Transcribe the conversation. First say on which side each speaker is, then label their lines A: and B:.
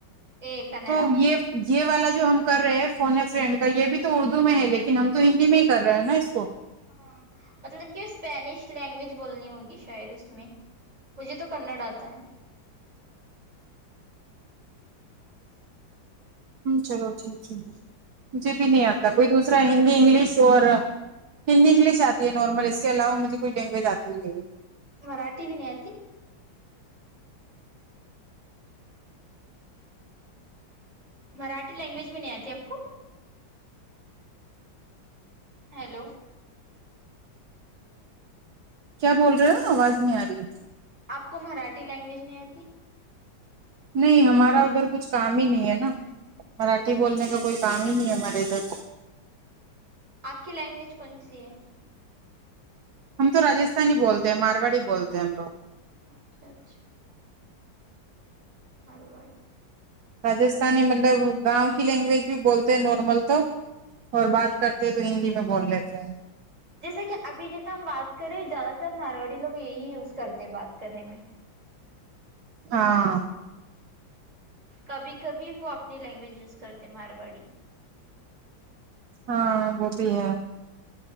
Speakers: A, on the right; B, on the right.
A: اے کنڈا
B: تو یہ یہ والا جو ہم کر رہے ہیں فونے فرینڈ کا یہ بھی تو اردو میں ہے لیکن ہم تو ہندی میں ہی کر رہے ہیں نا اس کو
A: ہاں مطلب کہ اسپینش لینگویج بولنی ہوگی شاید اس میں مجھے تو کنڑ آتا ہے
B: چلو ٹھیک ہے مجھے بھی نہیں
A: مجھے
B: آتا کوئی دوس را ہندی انگلش اور ہندی انگلش آتی ہے نارمل اس کے علاوہ مجھے کوئی لینگویج آتی نہیں ہے
A: مراٹھی بھی نہیں اتی مراٹھی لینگویج بھی نہیں آتی آپ کو ہیلو
B: کیا بول رہے ہو آواز نہیں آ رہی ہے
A: آپ کو مراٹھی لینگویج نہیں آتی
B: نہیں ہمارا ادھر کچھ کام ہی نہیں ہے نا مراٹھی بولنے کا کوئی کام ہی نہیں ہے ہمارےادھر
A: آپ کی لینگویج کون سی ہے
B: ہم تو راستھانی بولتے ہیں مارواڑی بولتے ہیں ہم لوگ
A: اچھا اچھا مارواڑی
B: راجستھانی مطلب گاؤں کی لینگویج بھی بولتے ہیں نارمل تو اور بات کرتے ہیں تو ہندی میں بول لیتے ہیں
A: جیسے کہ ابھی جیسے ہم بات کریں زیادہ تر مارواڑی لوگ یہی یوز کرتے بات کرنے میں
B: ہاں
A: کبھی کبھی وہ اپنی لینگویج یوز کرتے مارواڑی
B: ہاں وہ بھی ہے